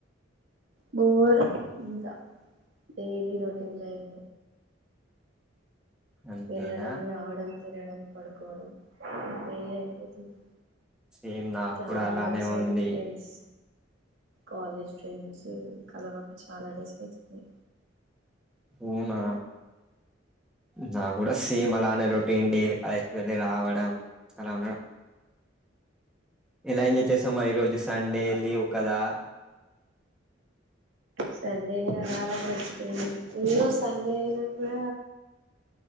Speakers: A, on the right; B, in the centre.
A: బోర్ అంతా డైలీ రొటీన్ లైఫ్
B: అంతేనా
A: వెళ్ళడం రావడం తినడం పడుకోవడం అంతే అయిపోతుంది.
B: సేమ్ నాకు
A: చాలా
B: కూడా అలానే
A: డేస్ అయిది
B: ఉంది
A: ఫ్రెండ్స్ కాలేజ్ ఫ్రెండ్స్ కలవక చాలా డేస్ అయితుంది
B: అవునా నా కూడా సేమ్ అలానే రొటీన్ డైలీ కాలేజ్ కి వెళ్ళ రావడం అలా ఉండడం ఎలా ఎంజాయ్ చేసావు మరి ఈ రోజు సండే లీవ్ కదా
A: సండే చాలా గడిచిపోయింది ఏదో సండే అయినాకుడ